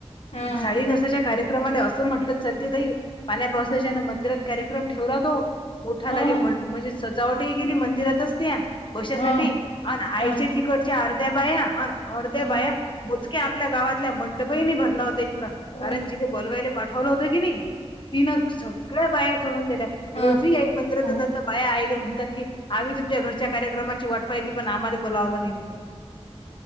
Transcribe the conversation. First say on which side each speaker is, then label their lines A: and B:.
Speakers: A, on the left; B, on the left.
A: हां.
B: साडी नेेसवायच्या कार्यक्रमाने असं म्हटलं चलते तई पाण्या पावसाच्या ना मंदिरात कार्यक्रम ठेवला तो मोठा
A: हो,
B: लागे बन म्हणजे सजावटही गेली मंदिरातच त्या बशासाठी
A: हो,
B: आन आईच्या
A: हो,
B: तिकडच्या अर्ध्या बाया आन अर्ध्या
A: हो.
B: बाया मोजक्या आपल्या गावातल्या मंडपईनी भरला होता पुरा
A: ओके.
B: कारण जिथे बोलवायला पाठवलं होतं की नाही तिनं सगळ्या बाया सोडून दिल्या
A: हां,
B: रोजी एक मंदिरात
A: हो.
B: जातात तर बाया आईल्या म्हणतात की आम्ही तुमच्या घरच्या कार्यक्रमाची वाट पाहीली पण आम्हाला बोलावलं नाही म्हणून